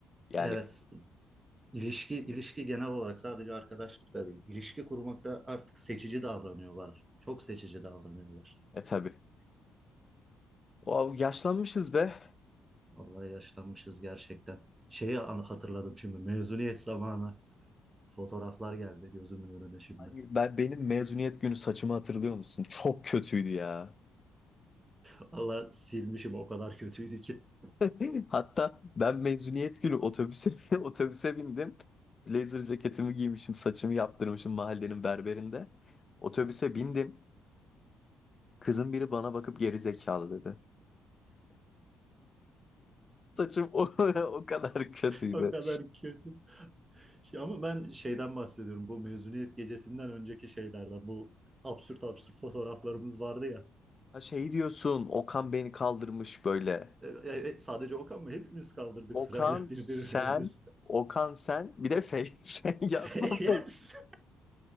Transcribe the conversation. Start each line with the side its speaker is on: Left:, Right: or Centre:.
Left: Yani
Right: Evet, ilişki ilişki genel olarak sadece arkadaşlıkla değil. İlişki kurmakta artık seçici davranıyorlar. Çok seçici davranıyorlar.
Left: e tabii O yaşlanmışız be.
Right: Vallahi yaşlanmışız gerçekten. Şeyi an- hatırladım şimdi mezuniyet zamanı. Fotoğraflar geldi gözümün önüne şimdi.
Left: Ben benim mezuniyet günü saçımı hatırlıyor musun? Çok kötüydü ya.
Right: <laughs> Vallahi silmişim o kadar kötüydü ki. <laughs>
Left: <laughs> Hatta ben mezuniyet günü otobüse <laughs> otobüse bindim. Blazer ceketimi giymişim, saçımı yaptırmışım mahallenin berberinde. Otobüse bindim. Kızın biri bana bakıp geri zekalı dedi. Saçım <laughs> o, o kadar kötüydü.
Right: O kadar kötü. Şey Ama ben şeyden bahsediyorum. Bu mezuniyet gecesinden önceki şeylerden. Bu absürt absürt fotoğraflarımız vardı ya.
Left: Ha şey diyorsun, Okan beni kaldırmış böyle.
Right: E, Evet, sadece Okan mı? Hepimiz kaldırdık
Left: Okan
Right: sırayla birbirlerimizi.
Left: sen, Okan sen, bir de Fe- <laughs> Feyyaz
Right: <laughs>
Left: lan
Right: Yes.